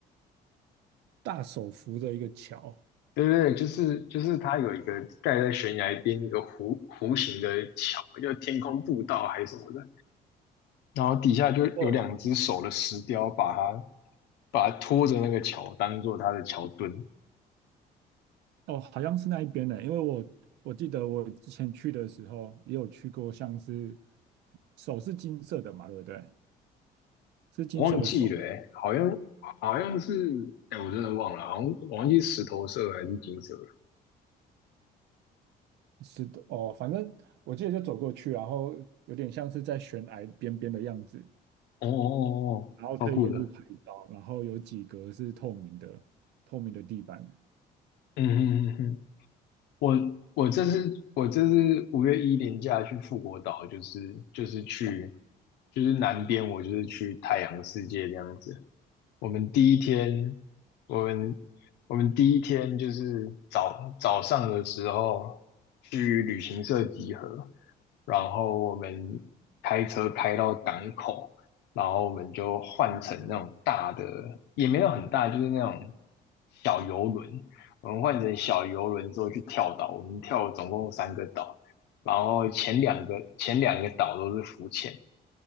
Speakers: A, on the right; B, on the left.
A: 大手扶着一个桥，
B: 对对对，就是就是它有一个盖在悬崖边一个弧弧形的桥，叫天空步道还是什么的，然后底下就有两只手的石雕把它
A: 哦，
B: 把它拖着那个桥当做它的桥墩，
A: 哦，好像是那一边的，因为我我记得我之前去的时候也有去过，像是手是金色的嘛，对不对？是金色的手，
B: 我忘记了、欸，好像好像是，哎、我真的忘了，好像我忘记石头色还是金色了。
A: 是的，哦，反正我记得就走过去，然后有点像是在悬崖边边的样子，
B: 哦哦哦，哦超酷的。
A: 然后可以沿路拍照，然后有几格是透明的，透明的地板。
B: 嗯嗯嗯嗯我我这次我这次五月一连假去富国岛，就是就是去就是南边，我就是去太阳世界这样子。我们第一天，我们我们第一天就是早早上的时候去旅行社集合，然后我们开车开到港口，然后我们就换乘那种大的，也没有很大，就是那种小游轮，我们换成小游轮之后去跳岛，我们跳了总共三个岛，然后前两个前两个岛都是浮潜，